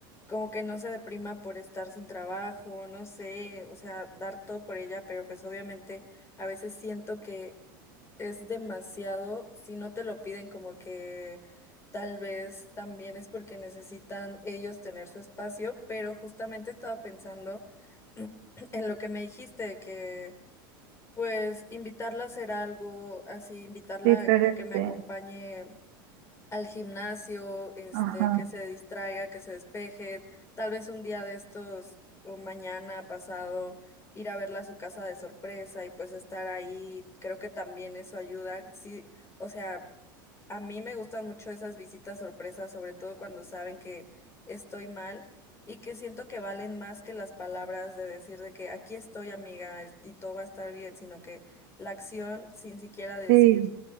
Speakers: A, on the left (about 25°); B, on the right (about 70°).
A: como que no se deprima por estar sin trabajo, no sé, o sea, dar todo por ella, pero pues obviamente a veces siento que es demasiado, si no te lo piden como que tal vez también es porque necesitan ellos tener su espacio, pero justamente estaba pensando <clears throat> en lo que me dijiste, de que pues invitarla a hacer algo, así invitarla
B: Diferente.
A: a a que me acompañe al gimnasio, este,
B: Ajá.
A: que se distraiga, que se despeje, tal vez un día de estos o mañana pasado ir a verla a su casa de sorpresa y pues estar ahí, creo que también eso ayuda. Sí, o sea, a mí me gustan mucho esas visitas sorpresas, sobre todo cuando saben que estoy mal y que siento que valen más que las palabras de decir de que aquí estoy, amiga, es- y todo va a estar bien, sino que la acción sin siquiera decir
B: Sí.